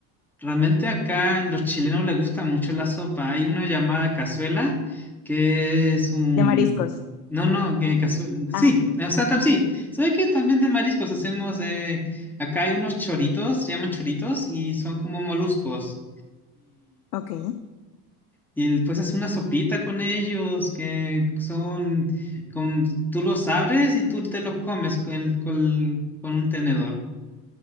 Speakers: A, in the centre; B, on the left.
A: realmente acá en los chilenos les gusta mucho la sopa. Hay una llamada cazuela que es un...
B: De mariscos.
A: No, no, que cazuela... Sí,
B: Ah,
A: o sea, tam- sí. ¿Sabes qué? También de mariscos hacemos... eh, acá hay unos choritos, se llaman choritos y son como moluscos.
B: ok.
A: Y pues haces una sopita con ellos que son, con, tú los abres y tú te los comes con, el- con, con un tenedor.